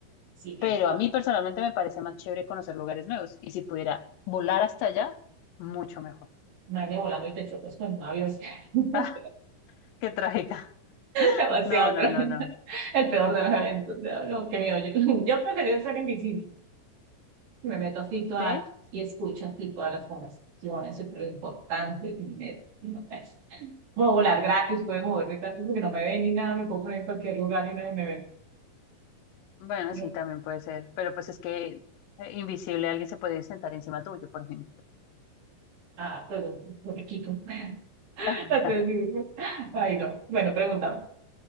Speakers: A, on the right; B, on the left.
A: Sí, tienes
B: Pero a mí personalmente me parece más chévere conocer lugares nuevos y si pudiera volar hasta allá, mucho mejor.
A: nadie volando y te chocas con un avión. <laughs>
B: Ah, qué trágica.
A: Demasiado
B: No, no,
A: tremenda.
B: no, no.
A: El peor de los eventos. No, no, qué miedo. Yo, yo preferiría ser invisible. me meto así todas
B: ¿Sí?
A: y escucho así todas las conversaciones, eso es lo importante que me meto. No, sé. puedo volar gratis, puedo moverme gratis porque no me ven ni nada, me puedo poner en cualquier lugar y nadie me ve.
B: Bueno,
A: No,
B: sí, también puede ser. Pero pues es que eh, invisible alguien se puede sentar encima tuyo, por ejemplo.
A: ah, pero por aquí, como-
B: <laughs>
A: Entonces, digo, <laughs> Ay, no. Bueno, preguntaba.